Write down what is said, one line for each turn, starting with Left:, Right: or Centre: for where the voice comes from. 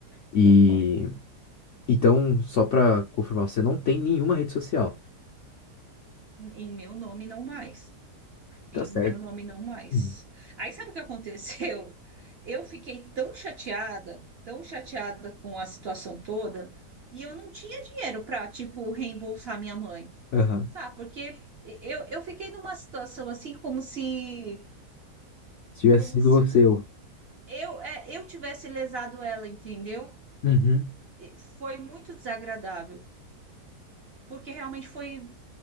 Left: E então, só pra confirmar, você não tem nenhuma rede social.
Right: em meu nome não mais. Em
Left: Tá certo.
Right: meu nome não mais.
Left: Uhum.
Right: Aí sabe o que aconteceu? <laughs> Eu fiquei tão chateada, tão chateada com a situação toda, e eu não tinha dinheiro para, tipo, reembolsar minha mãe.
Left: Aham.
Right: Sabe, porque eu, eu fiquei numa situação assim como se
Left: Se tivesse
Right: como
Left: sido
Right: se
Left: você, eu.
Right: eu é, eu tivesse lesado ela, entendeu?
Left: Uhum.
Right: E Foi muito desagradável, porque realmente foi